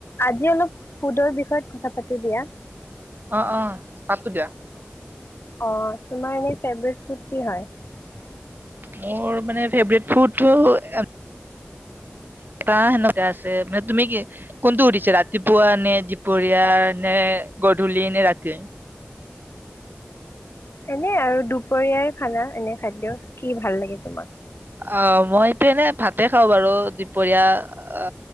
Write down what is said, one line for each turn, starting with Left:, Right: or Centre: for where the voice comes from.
Left: আজি অলপ ফুডৰ বিষয়ত কথা পাতো দিয়া।
Right: অ অ দিয়া
Left: অ তোমাৰ এনে ফেভৰেট ফুড কি হয়?
Right: মোৰ মানে ফেভৰেট ফুলটো এ তাহ হে কে আছে মানে তুমি কি কোনটো শুধিছিলা ৰাতিপুৱা নে দীপৰীয়া নে গধূলি নে ৰাতি?
Left: এনে আৰু দুপৰীয়াই খানা এনে খাদ্য কি ভাল লাগে তোমাক?
Right: অ মইটো এনে ভাতে খাওঁ বাৰু দুপৰীয়া অ